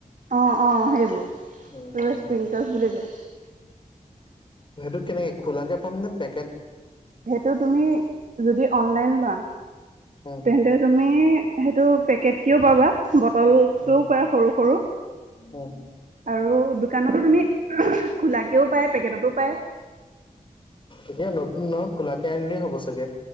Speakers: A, on the right (about 70°); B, on the left (about 35°).
A: অ', অ', সেইবোৰ
B: উম উম
A: বুলি কয়।
B: সেইটো কেনেকে খোলাকে পাম নে, পেকেট।
A: সেইটো তুমি যদি অনলাইন লোৱা
B: উম
A: তেন্তে তুমি সেইটো পেকেট কও পাবা। বটলটোও
B: উম
A: পায় সৰু, সৰু
B: উম
A: আৰু দোকানতো তুমি খোলাকেও পায়, পেকেটতো পায়।
B: এতিয়া নতুন, নহ, খোলাকে আনিলেই হ'ব চাগে।